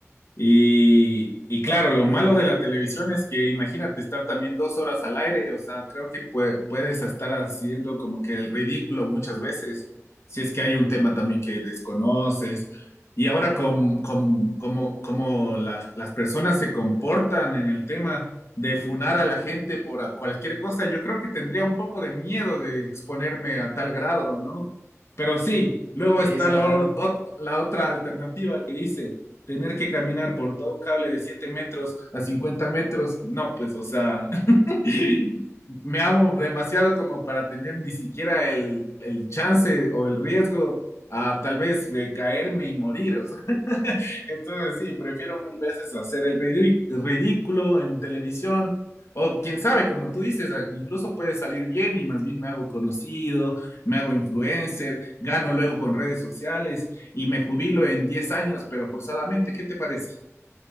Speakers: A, on the left; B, on the right.
A: Y, y claro, lo malo de la televisión es que imagínate estar también dos horas al aire, o sea, creo que pue- puedes estar haciendo como que el ridículo muchas veces, si es que hay un tema también que desconoces. Y ahora con, con- como, como la- las personas se comportan en el tema de funar a la gente por a- cualquier cosa, yo creo que tendría un poco de miedo de exponerme a tal grado, ¿no? Pero sí, luego
B: Sí,
A: está
B: sí,
A: la
B: claro.
A: o- ot- la otra alternativa que dice tener que caminar por todo un cable de 7 metros a 50 metros, no, pues, o sea, <laughs> me amo demasiado como para tener ni siquiera el, el chance o el riesgo a tal vez eh, caerme y morir. o sea. <laughs> Entonces sí, prefiero mil veces hacer el ridí- ridículo en televisión o quién sabe, como tú dices, a- incluso puede salir bien y más bien me hago conocido, me hago influencer, gano luego con redes sociales y me jubilo en 10 años, pero forzadamente. ¿Qué te parece?